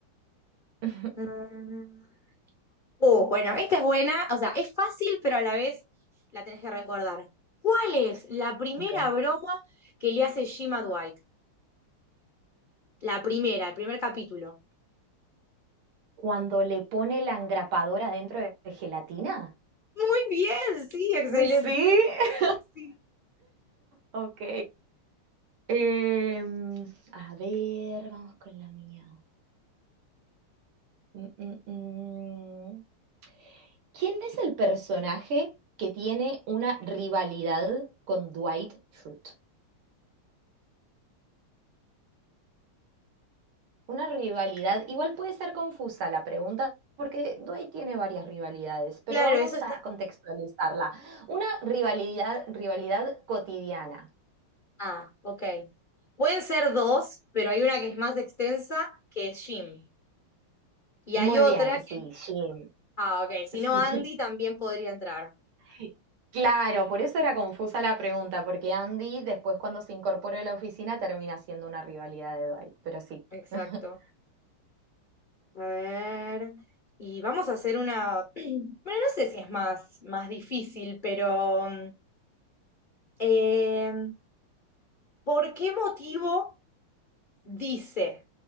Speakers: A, on the right (about 75°); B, on the left (about 75°).
A: <laughs>
B: Mm. Oh, bueno, esta es buena, o sea, es fácil, pero a la vez la tenés que recordar. ¿Cuál es la primera
A: Ok.
B: broma que le hace Jim a Dwight? La primera, el primer capítulo.
A: Cuando le pone la engrapadora dentro de gelatina.
B: Muy bien, sí, excelente.
A: Sí, <laughs>
B: Sí,
A: ok. Em, A ver, vamos con la mía. Mm, mm, mm. ¿Quién es el personaje que tiene una rivalidad con Dwight Schrute? Una rivalidad, igual puede ser confusa la pregunta, porque Dwight tiene varias rivalidades, pero
B: claro,
A: vamos
B: eso está.
A: a contextualizarla. Una rivalidad, rivalidad cotidiana.
B: Ah, ok. Pueden ser dos, pero hay una que es más extensa, que es Jim. Y
A: Muy
B: hay otra
A: bien,
B: que...
A: sí, Jim,
B: Ah, ok. Si
A: sí.
B: no, Andy también podría entrar.
A: <laughs> Claro, por eso era confusa la pregunta, porque Andy después cuando se incorpora a la oficina termina siendo una rivalidad de Dwight, pero sí.
B: Exacto.
A: <laughs>
B: A ver. Y vamos a hacer una... <clears throat> Bueno, no sé si es más, más difícil, pero... mm, Eh, ¿por qué motivo dice